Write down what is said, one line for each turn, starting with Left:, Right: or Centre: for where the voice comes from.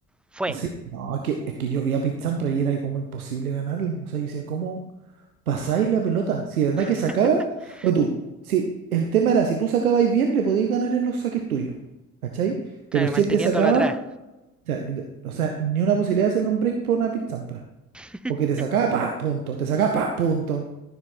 Centre: Fue.
Right: sí, no, es que, es que yo vi a Pete Sampras y era ahí como imposible ganarle, o sea, dice, ¿cómo pasáis la pelota? Si de verdad
Centre: <laughs>
Right: que sacaba, o tú, si el tema era, si tú sacabais bien, le podías ganar en los saques tuyos, ¿cachai? Pero
Centre: Claro,
Right: si
Centre: manteniéndolo
Right: él te sacaba,
Centre: atrás.
Right: o sea, de- o sea, ni una posibilidad de hacerle un break por una Pete Sampras,
Centre: <laughs>
Right: porque te sacaba, pa, punto, te sacaba, pa, punto,